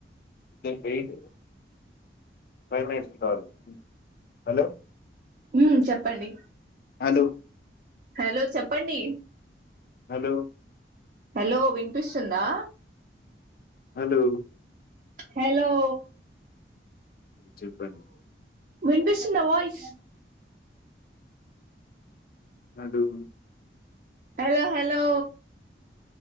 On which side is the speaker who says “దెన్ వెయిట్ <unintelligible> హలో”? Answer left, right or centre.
Left